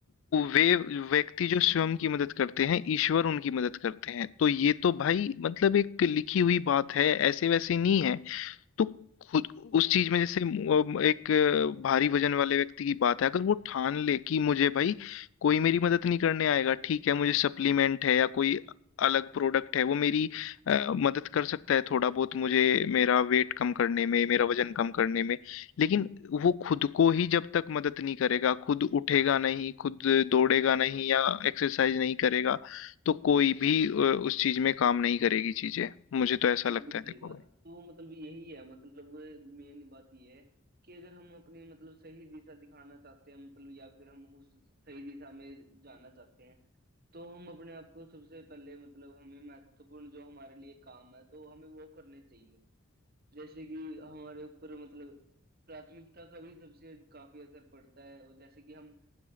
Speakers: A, on the left (about 65°); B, on the right (about 45°).
A: वे व्यक्ति जो स्वयं की मदद करते हैं ईश्वर उनकी मदद करते हैं तो ये तो भाई मतलब एक लिखी हुई बात है ऐसे वैसे नहीं है तो खुद उस चीज में जैसे अम, एक अ, भारी वजन वाले व्यक्ति की बात है अगर वो ठान ले कि मुझे भाई कोई मेरी मदद नहीं करने आएगा ठीक है मुझे सप्लीमेंट है या कोई अलग प्रोडक्ट है वो मेरी अ, मदद कर सकता है थोड़ा बहुत मुझे मेरा वेट कम करने में मेरा वजन कम करने में लेकिन वो खुद को ही जब तक मदद नहीं करेगा खुद उठेगा नहीं खुद दौड़ेगा नहीं या एक्सरसाइज नहीं करेगा तो कोई भी अ, उस चीज में काम नहीं करेगी चीजें मुझे तो ऐसा
B: बिल्कुल
A: लगता
B: सही
A: है देखो
B: बात
A: भाई
B: है तो मतलब यही है मतलब मेन बात यह है कि अगर हम अपनी मतलब सही दिशा दिखाना चाहते हैं मतलब या फिर हम उस सही दिशा में जाना चाहते हैं तो हम अपने आप को सबसे पहले मतलब हमें महत्वपूर्ण जो हमारे लिए काम है तो हमें वो करने चाहिए जैसे कि हमारे ऊपर मतलब प्राथमिकता का भी सबसे काफी असर पड़ता है और जैसे कि हम